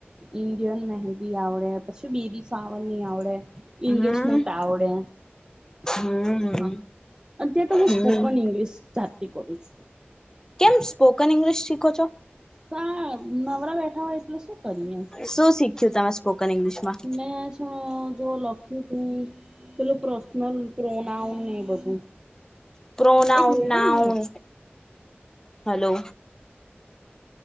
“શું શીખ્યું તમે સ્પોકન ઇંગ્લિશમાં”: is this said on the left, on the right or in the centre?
Left